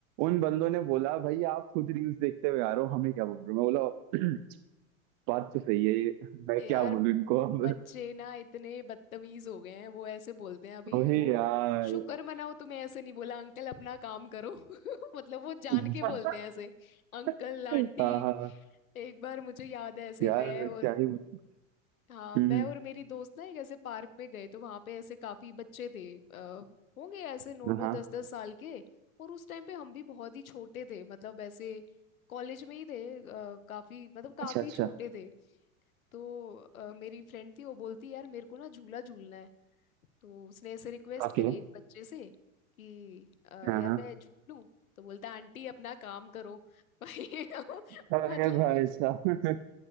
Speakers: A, on the right; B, on the left.
A: उन बंदों ने बोला भाई आप खुद रील्स देखते हो यार हो हमें क्या बोल रहे हो मैं बोला <clears throat> बात तो सही है ये मैं
B: यार
A: क्या बोलूं इनको अब
B: बच्चे ना इतने बदतमीज हो गए हैं वो ऐसे बोलते हैं अभी
A: वही
B: वो
A: यार
B: शुक्र मनाओ तुम्हें ऐसे नहीं बोला अंकल अपना काम करो <laughs> मतलब वो जान
A: <laughs>
B: के बोलते हैं ऐसे अंकल
A: <laughs>
B: आंटी
A: हाँ हाँ
B: एक बार मुझे याद है ऐसे
A: यार
B: मैं और
A: क्या ही बोलूं
B: हाँ
A: हम्म
B: मैं और मेरी दोस्त ना एक ऐसे पार्क में गए तो वहां पे ऐसे काफी बच्चे थे आ, होंगे ऐसे नौ
A: हम्म,
B: नौ
A: हाँ
B: दस दस साल के और उस टाइम पे हम भी बहुत ही छोटे थे मतलब ऐसे कॉलेज में ही थे अ, काफी मतलब काफी
A: अच्छा अच्छा
B: छोटे थे तो अ, मेरी फ्रेंड थी वो बोलती यार मेरे को ना झूला झूलना है तो उसने ऐसे रिक्वेस्ट
A: ओके
B: करी एक बच्चे से कि "अ,
A: हाँ
B: यार
A: हाँ
B: मैं झूलूं तो बोलता आंटी अपना काम करो भाई <laughs>
A: अरे
B: मतलब
A: भाई साहब